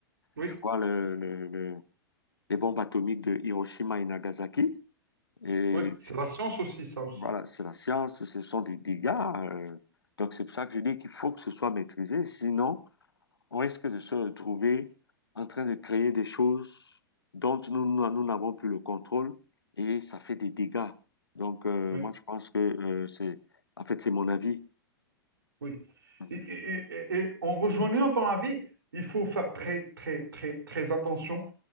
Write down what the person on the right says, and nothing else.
oui,
oui. C'est la science aussi, ça aussi.
Oui,
Oui.
Et, et- et- et en rejoignant ton avis, il faut faire très, très, très, très attention